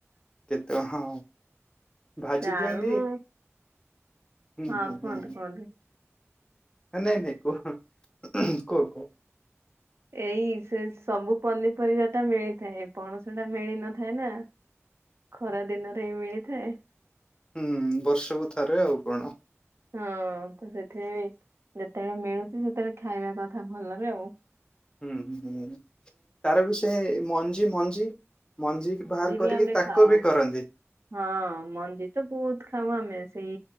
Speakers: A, on the left; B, on the right.
A: କେତେ ହଁ। ଭାଜି
B: ସେ ଆଳୁ
A: ଦିଅନ୍ତି। ହୁଁ
B: ହଁ
A: ହୁଁ ହୁଁ
B: କୁହନ୍ତୁ କୁହନ୍ତୁ।
A: ନାଇଁ ନାଇଁ କୁହ କୁହ କୁହ?
B: ଏଇ ସେ ସବୁ ପନିପରିବା ଟା ମିଳିଥାଏ ପଣସ ଟା ମିଳି ନଥାଏ ନା ଖରା ଦିନରେ ମିଳିଥାଏ।
A: ହୁଁ ବର୍ଷକୁ ଥରେ ଆଉ କଣ
B: ହୁଁ <inaudible> ହଁ ତ ସେଥିରେ ଯେତେବେଳେ ମିଳୁଛି ସେତେବେଳେ ଖାଇବା କଥା ଭଲରେ ଆ
A: ହୁଁ ହୁଁ ହୁଁ ତାର ବିଷୟ ମଞ୍ଜି ମଞ୍ଜି ମଞ୍ଜି ବାହାର
B: ବି
A: କରିକି
B: ଆମେ
A: ତାକୁ
B: ଖାଉ
A: ବି କରନ୍ତି।
B: ହଁ ମଞ୍ଜି ତ ବହୁତ ଖାଉ ଆମେ, ସେଇ